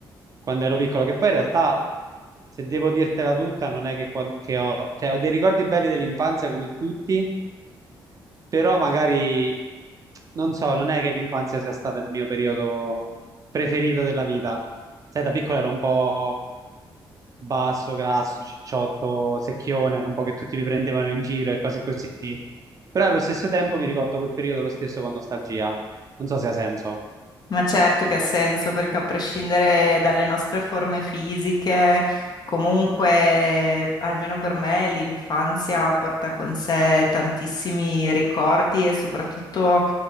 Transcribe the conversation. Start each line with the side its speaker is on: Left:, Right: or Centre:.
Right: quando ero piccolo, che poi in realtà, se devo dirtela tutta, non è che, quan- che ho, cioè, ho dei ricordi belli dell'infanzia come tutti, però magari, non so, non è che l'infanzia sia stato il mio periodo preferito della vita. Sai, da piccolo ero un po' basso, grasso, cicciotto, secchione, un po' che tutti mi prendevano in giro e cose così. Però allo stesso tempo mi ricordo quel periodo lo stesso con nostalgia. Non so se ha senso.
Left: Ma certo che ha senso, perché a prescindere dalle nostre forme fisiche, comunque, almeno per me, l'infanzia porta con sé tantissimi ricordi e soprattutto